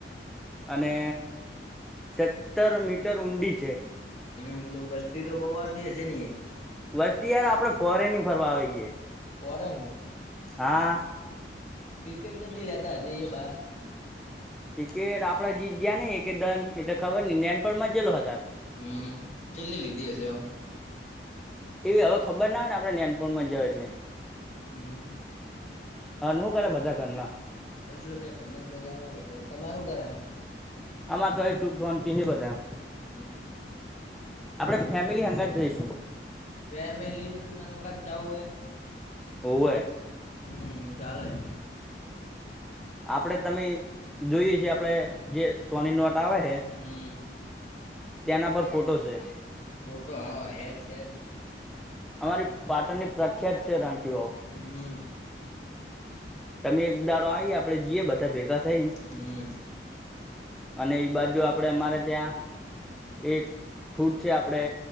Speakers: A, in the centre; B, on the left (about 40°).
A: અને સત્તર મીટર ઊંડી છે.
B: હમ વસ્તી તો બહ આપતી હશે ની એ.
A: વસ્તી યાર આપડે ફોરેનની ફરવા આવીઈએ.
B: પ ન ન.
A: હા.
B: ની. ટિકટ જેટલી લેતા હશે એ બહાર.
A: ટિકટ આપડે જયા નહ એક દન એટલે ખબર ન જનપણમાં જલો હાર.
B: હમ છેલ્લી લીધી હશે આમ.
A: એવી હવે ખબર ના હોય ને આપણેે્યાનપુણમાં જઓ એટલે.
B: હમ
A: હ નું કરે બધા કરના.
B: પ શું નને કર મજામે બધે તમારું ઘર હ.
A: આમાર તો એ ચુખ શંતિ હ બજા.
B: હમ.
A: આપણેે ફેમિલી હંગા જ જઈશું.
B: ફેમિલી નંગત જવું એ
A: હોવે
B: હમ ચલે.
A: આપડે તમે જોઈએ છીએ આપડે જે સોની નોટા આવે છે.
B: હમ્મ
A: તેના પર ફોટો છે.
B: ફોટો હા હ જ સ જ ને.
A: અમારી પાટણની પ્રખ્યાત છે રાણખ બાાવુ.
B: હમ.
A: તમે એક દાડો આવી આપડે જઈએ બધા ભેગા થઈ ને.
B: હમ.
A: અને એઈ બાજુ આપડે અમારે ત્યાં
B: હમ્મ
A: એક. ફૂડ છે આપડે